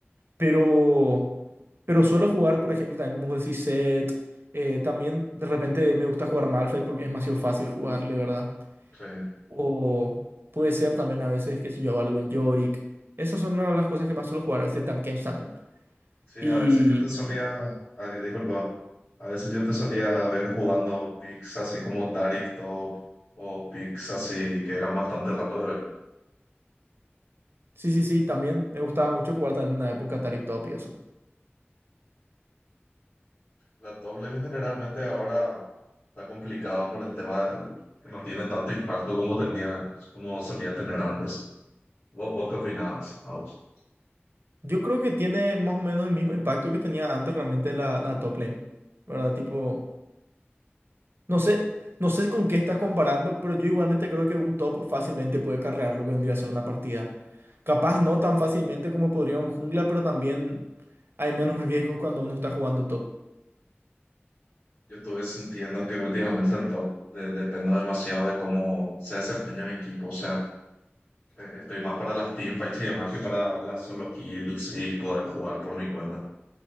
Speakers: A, on the right; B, on the left.
A: Pero, pero suelo jugar, por ejemplo, también como vos decís, Zed. eh, también de repente me gusta jugar Malphite porque es demasiado fácil jugarle, ¿verdad?
B: Sí,
A: O puede ser también a veces, qué sé yo, algo en Yorick. Esas son una de las cosas que más suelo jugar, este Tampkench también.
B: sí,
A: Y
B: a veces yo te solía, ah, que- disculpa, a veces yo te solía ver jugando picks así como Taric top o picks así que eran bastante raros de ver.
A: sí, sí, sí, también me gustaba mucho jugar también en una época Taric Top y eso.
B: La top lane generalmente ahora está complicado por el tema de que no tiene tanto impacto como tenía, como solía tener antes. ¿Vos, vos qué opinabas, Aus?
A: Yo creo que tiene más o menos el mismo impacto que tenía antes realmente la, la top lane, ¿verdad? Tipo, no sé, no sé con qué estás comparando, pero yo igualmente creo que un top fácilmente puede carrear lo que vendría a ser una partida. Capaz no tan fácilmente como podría un jungla, pero también hay menos riesgos cuando uno está jugando top.
B: Yo estuve sintiendo que últimamente en top de- dependo demasiado de cómo se desempeña mi equipo. O sea, e- estoy más para las teamfights y demás que para las solo kills y poder jugar por mi cuenta.